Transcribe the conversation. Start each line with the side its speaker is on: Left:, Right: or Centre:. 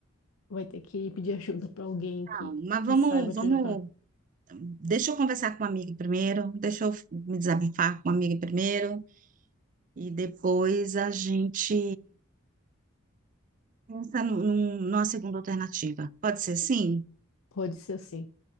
Left: vai ter que pedir ajuda para alguém que,
Right: Não, mas
Left: que
Right: vamos,
Left: saiba te
Right: vamos.
Left: ajudar.
Right: Deixa eu conversar com uma amiga primeiro, deixa eu me desabafar com uma amiga primeiro, e depois a gente Pensa num- num- numa segunda alternativa. Pode ser sim?
Left: Pode ser assim.